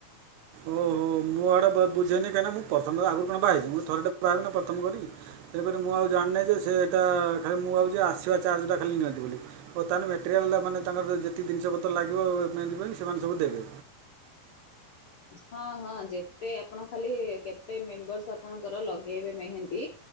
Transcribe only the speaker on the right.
ଓହୋ ମୁଁ ଏଆଡେ ବୁଝେନି କାହିଁକିନା ମୁଁ ପ୍ରଥମ ଥର ଆଗରୁ କଣ ବାହା ହେଇଛି ମୁଁ ଥରେଟା ବାହବି ପ୍ରଥମ କରି। ତେଣୁକରି ମୁଁ ଆଉ ଜାଣିନେହି ଯେ ସେ ଏଇଟା ଖାଲି ମୁଁ ଭାବୁଛି ଆସିବା ଚାର୍ଜଟା ଖାଲି ନିଅନ୍ତି ବୋଲି ଓ ତାହେଲେ ମେଟେରିଆଲ୍ଟ ମାନେ ତାଙ୍କର ଯେତିକ ଜିନିଷ ପତ୍ର ଲାଗିବ ମେହେନ୍ଦି ଫେହେନ୍ଦି ସେମାନେ ସବୁ ଦେବେ।